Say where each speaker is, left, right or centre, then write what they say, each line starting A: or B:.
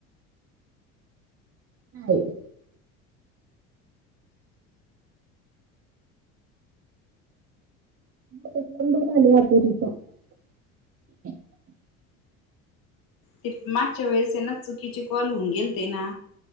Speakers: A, on the right; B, on the left.
A: ए <unintelligible> <inaudible>
B: ते मागच्या वेळेस आहे ना चुकीचे कॉल होऊन गेल ते ना